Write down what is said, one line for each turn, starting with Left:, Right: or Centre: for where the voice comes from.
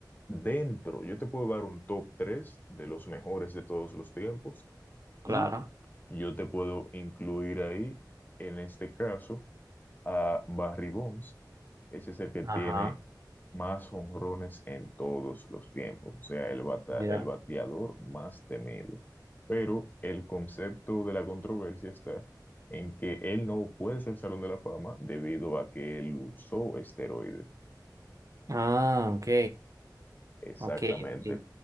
Left: dentro, yo te puedo dar un top 3 de los mejores de todos los tiempos
Right: claro.
Left: y yo te puedo incluir ahí, en este caso, a Barry Bonds ese es el que tiene
Right: Ajá,
Left: más jonrones en todos los tiempos, o sea, el bata-
Right: mira.
Left: el bateador más temido. Pero el concepto de la controversia está en que él no puede ser Salón de la Fama debido a que él usó esteroides.
Right: Ah, ok,
Left: Exactamente.
Right: ok, ok.